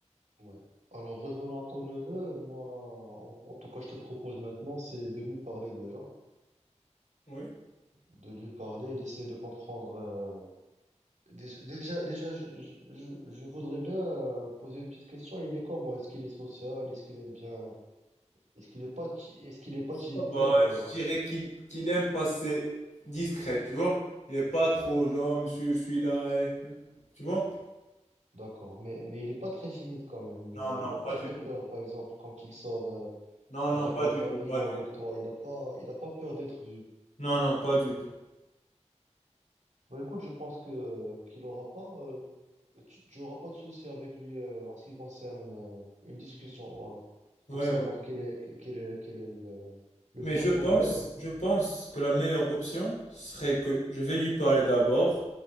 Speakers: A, on the right (about 80°); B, on the left (about 80°).
A: Ouais. Alors, revenons à ton neveu, moi, en, en tout cas, je te propose maintenant, c'est de lui parler déjà,
B: Oui.
A: de lui parler et d'essayer de comprendre. euh, dé- Déjà, déjà, je, je- je- je voudrais bien euh, poser une petite question. Il est comment? Est-ce qu'il est social? Est-ce qu'il aime bien? Est-ce qu'il est pas, ti- est-ce qu'il est pas
B: Ça
A: timide?
B: va, je dirais qu'il qu'il aime passer discret, tu vois? Il est pas trop genre, monsieur, je suis là, eh. Tu vois?
A: D'accord, mais, mais il n'est pas très timide quand même.
B: Non,
A: Il, euh,
B: non,
A: il n'a pas
B: pas
A: très
B: du
A: peur,
B: tout.
A: par exemple, quand il sort euh,
B: Non,
A: avec
B: non, pas
A: la
B: du
A: famille
B: tout, pas
A: ou
B: du
A: avec
B: tout.
A: toi. Il n'a pas, il a pas peur d'être vu.
B: Non, non, pas du tout.
A: Bah, écoute, je pense que euh, qu'il aura pas, euh, tu tu auras pas de souci avec lui euh, en ce qui concerne euh, une discussion euh,
B: Ouais,
A: pour savoir
B: ouais.
A: quel est, quel est, quel est le, le
B: Mais
A: vrai
B: je
A: problème.
B: pense, je pense que la meilleure option serait que je vais lui parler d'abord